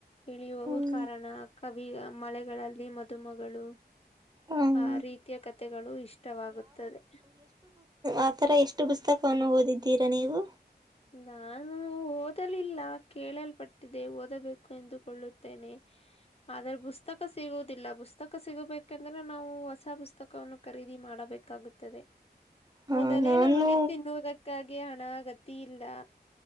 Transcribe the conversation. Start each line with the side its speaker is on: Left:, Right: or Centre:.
Left: ಇಳಿಯುವವು
Right: ಹ್ಮ್
Left: ಕಾರಣ ಕವಿ ಮಳೆಗಳಲ್ಲಿ ಮದುಮಗಳು
Right: ಹ್ಮ್
Left: ಆ ರೀತಿಯ ಕಥೆಗಳು ಇಷ್ಟವಾಗುತ್ತದೆ
Right: ಆ ತರ ಎಷ್ಟು ಪುಸ್ತಕವನ್ನು ಓದಿದ್ದೀರಾ ನೀವು
Left: ನಾನು ಓದಲಿಲ್ಲಾ ಕೇಳಲ್ಪಟ್ಟಿದೆ ಓದಬೇಕು ಎಂದುಕೊಳ್ಳುತ್ತೇನೆ ಆದ್ರ ಪುಸ್ತಕ ಸಿಗುವುದಿಲ್ಲುಸ್ತ ಪುಸ್ತಕ ಸಿಗಬೇಕೆಂದ್ರೆ ನಾವು ಹೊಸ ಪುಸ್ತಕವನ್ನು ಖರೀದಿ ಮಾಡಬೇಕಾಗುತ್ತದೆ
Right: ಹ
Left: ಮೊದಲೇ
Right: ನಾನು
Left: ನಮಗೆ ತಿನ್ನುವುದಕ್ಕಾಗಿ ಹಣ ಗತಿ ಇಲ್ಲಾ